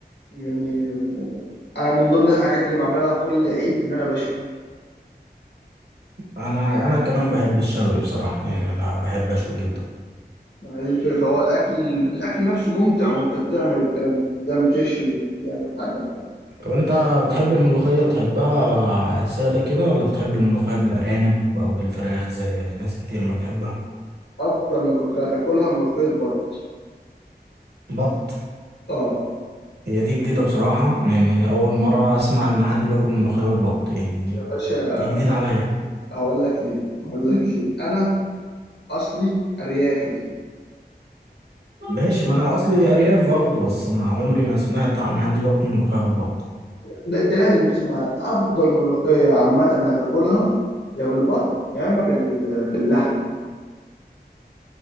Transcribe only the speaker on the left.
يعني آه، أنا من ضمن الحاجات اللي بعملها كل عيد إن أنا بشوي
ما هي دي الفكرة فهو الأكل الأكل نفسه ممتع وأنت بتعمل الكلام ده بتعمل تشوي بتعمل حاجة
أفضل ملوخية تاكلها ملوخية بط
آه
يا باشا
هقول لك ليه هقول لك ليه أنا أصلي أريافي
لا ده لازم تسمع عن أفضل ملوخية عامة هتاكلها يا بالبط يا إما بال... باللحمة